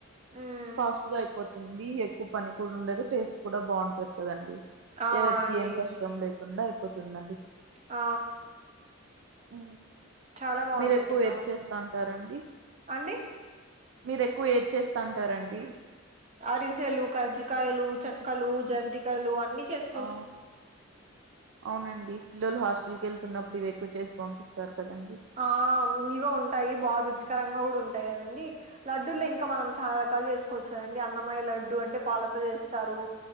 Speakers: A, on the right; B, on the right.
A: మ్మ్
B: ఫాస్ట్ గా అయిపోతుంది. ఎక్కువ పని కూడా ఉండదు. టేస్ట్ కూడా బాగుంటది. కదండి
A: ఆ
B: ఎవరికి
A: అండి
B: ఏం కష్టం లేకుండా అయిపోతుందండి.
A: ఆ
B: హ్
A: చాలా బాగుందండి
B: మీరు ఎక్కువ
A: ప్రాస
B: ఏది చేస్తాంటారండి.
A: అండి
B: మీరు ఎక్కువ ఏది చేస్తాంటారండి.
A: అరిసెలు కజ్జికయలు చెక్కలు జంతికలు అన్ని చేసు
B: ఆ అవునండి. పిల్లలు హాస్టల్కి ఎళ్తున్నప్పుడు ఇవి ఎక్కువ చేసి పంపిస్తారు. కదండి
A: ఆ ఇవ ఉంటాయి. బాగా రుచికరంగా కూడా ఉంటాయి. కదండి లడ్డుల్లో ఇంకా మనం చాన రకాలు చేసుకోచ్చు కదండి. అన్నమాయ లడ్డు అంటే పాలతో చేస్తారు.